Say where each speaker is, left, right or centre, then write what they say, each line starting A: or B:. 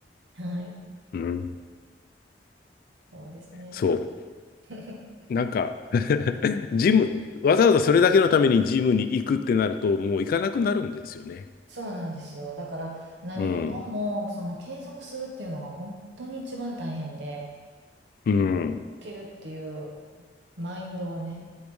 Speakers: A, on the right; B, on the left.
A: はい。
B: うん。
A: そうですね。
B: そう。
A: <laughs>
B: なんか <laughs> ジム、わざわざそれだけのためにジムに行くってなると、もう行かなくなるんですよね。
A: そうなんですよ。だから何事もその継続するっていうのが本当に一番大変で、
B: うん。うん。
A: 受けるっていうマインドをね、